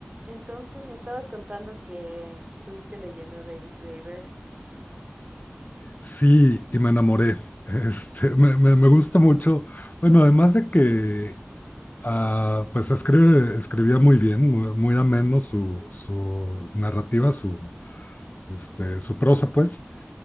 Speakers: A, on the right (about 30°); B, on the left (about 40°).
A: Entonces me estabas contando que estuviste leyendo a David Graeber.
B: Sí, y me enamoré. <laughs> Este, me, me- me gusta mucho. Bueno, además de que ah, pues escribe, escribía muy bien, muy, muy ameno su, su narrativa, su, este, su prosa, pues.